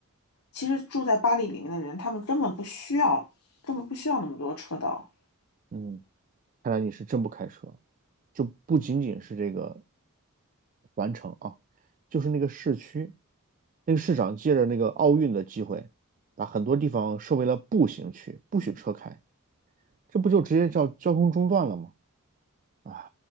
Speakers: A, on the left; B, on the right.
A: 其实住在巴黎里面的人，他们根本不需要，根本不需要那么多车道。
B: 嗯。看来你是真不开车，就不仅仅是这个环城啊，就是那个市区，那个市长借着那个奥运的机会，把很多地方设为了步行区，不许车开，这不就直接叫交通中断了吗？啊，